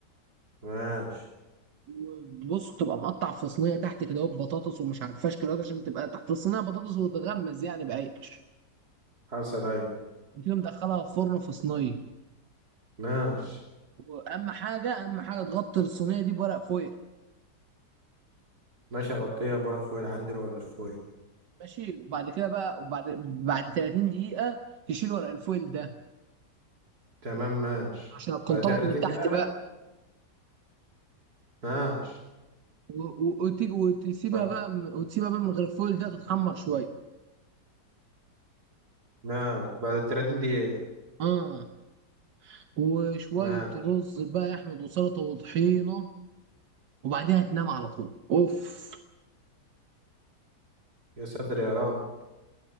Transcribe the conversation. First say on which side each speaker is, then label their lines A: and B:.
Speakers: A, on the right; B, on the right.
A: ماشي
B: وبص تبقى مقطع في صينيه تحت كده اهو بطاطس ومش عارف فاشكل عشان تبقى تحت الصينيه بطاطس وتغمز يعني بعيش
A: حصل ايوه
B: وتيجي مدخلها في فرن في صينيه
A: ماشي
B: واهم حاجه اهم حاجه تغطي الصينيه دي بورق فويل
A: ماشي اغطيها بورق فويل عندي الورق فويل
B: ماشي وبعد كده بقى وبعد بعد 30 دقيقه تشيل ورق الفويل ده
A: تمام ماشي
B: عشان
A: بعد
B: تنطبق
A: 30
B: من تحت
A: دقيقه
B: بقى
A: ماشي
B: و- و- وتيجي وتسيبها
A: بعد
B: بقى
A: كده
B: وتسيبها بقى من غير الفويل ده تتحمر شويه
A: ماشي بعد 30 دقيقه
B: اه وشوية
A: ماشي
B: رز بقى يا أحمد وسلطة وطحينة وبعديها تنام على طول أوف
A: يا ساتر يا رب